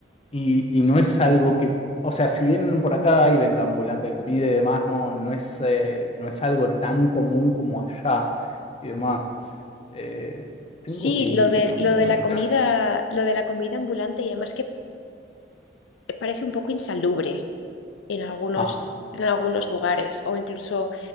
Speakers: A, on the left; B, on the left.
A: y, y no es algo que, o sea, si vienen por acá hay venta ambulante de comida y demás, no, no es, eh, no es algo tan común como allá y demás. Eh, tengo
B: Sí,
A: que ir
B: lo de,
A: en algún
B: lo
A: momento.
B: de la comida,
A: <laughs>
B: lo de la comida ambulante y además que parece un poco insalubre. en algunos,
A: Ah,
B: en algunos lugares. O incluso